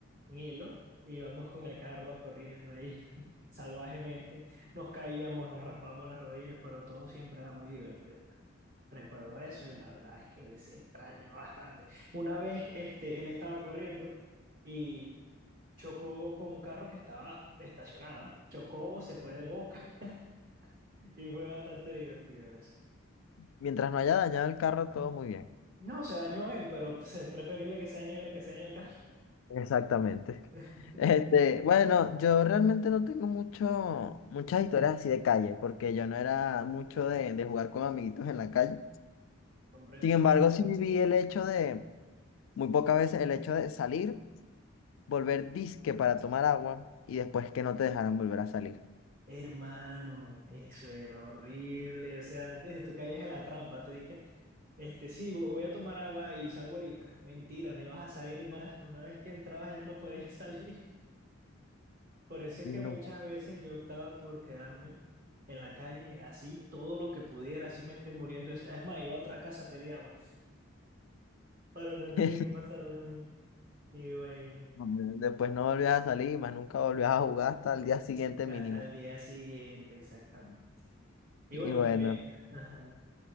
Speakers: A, on the right; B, on the left.
A: un hilo, y íbamos con el carro corriendo ahí <laughs> salvajemente. Nos caíamos, nos raspamos las rodillas, pero todo siempre era muy divertido. Recuerdo eso y la verdad es que se extraña bastante. Una vez este, él estaba corriendo y Chocó con un carro que estaba estacionado. Chocó, se fue de boca <laughs> y fue bastante divertido eso.
B: Mientras no haya dañado el carro, todo muy bien.
A: No, se dañó él, pero pues, es preferible que se dañe él que se dañe el carro.
B: Exactamente.
A: <laughs>
B: Este, bueno, yo realmente no tengo mucho, muchas historias así de calle, porque yo no era mucho de, de jugar con amiguitos en la calle.
A: comprende
B: Sin embargo, sí viví el hecho de, muy pocas veces, el hecho de salir, volver disque para tomar agua y después que no te dejaran volver a salir.
A: Hermano, eso era horrible. O sea, desde tú caías en la trampa. Tú dices, este, sí, vo- voy a tomar agua y salgo ahorita. Mentira, no ibas a salir más. Una vez que entrabas ya no podías <laughs> salir. Por eso es
B: Nunca.
A: que muchas veces yo optaba por quedarme en la calle, así todo lo que pudiera, así me esté muriendo. Es es más, iba a otra casa a pedir agua para no tener
B: <laughs>
A: que pasar a la mía. Y bueno,
B: Después no volvías a salir y más nunca volvías a jugar hasta el día siguiente mínimo.
A: hasta el día siguiente, exactamente. Y
B: Y
A: bueno,
B: bueno.
A: también, ajá.